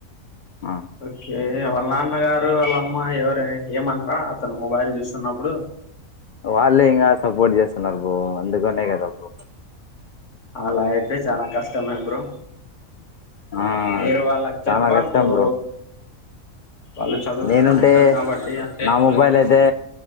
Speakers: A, on the left (about 80°); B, on the left (about 60°).
A: ఆ
B: ఓకే టే వాళ్ళ నాన్నగారు వాళ్ళ అమ్మ ఎవరు ఏమనరా అతను మొబైల్ చూస్తున్నప్పుడు
A: వాళ్ళే ఇంకా సపోర్ట్ చేస్తున్నారు బ్రో అందుకనే కదా బో
B: అలా అయితే చనా కష్టమే బ్రో
A: ఆ
B: మీరు వాళ్ళకి
A: చాలా
B: చెప్పాలి
A: కష్టం
B: బ్రో వాళ్ళు చదువుకొని
A: నేనుంటే
B: ఉండరు కాబట్టి అంటే
A: నా
B: వాళ్ళకి
A: మొబైల్ అయితే